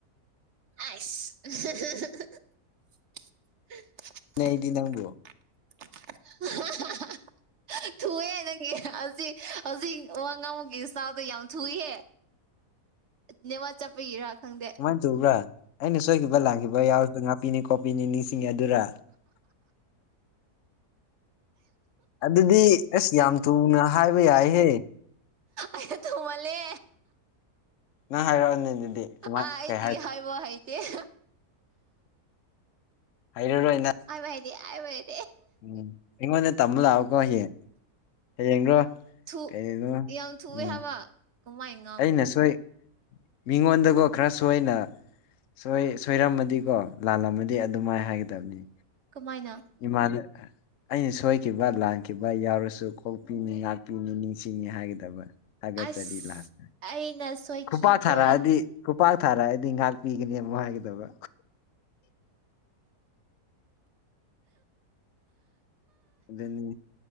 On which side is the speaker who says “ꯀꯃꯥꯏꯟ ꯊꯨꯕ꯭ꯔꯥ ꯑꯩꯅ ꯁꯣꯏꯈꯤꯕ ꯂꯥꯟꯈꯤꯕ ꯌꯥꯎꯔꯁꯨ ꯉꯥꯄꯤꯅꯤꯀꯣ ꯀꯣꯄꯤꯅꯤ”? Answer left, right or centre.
Left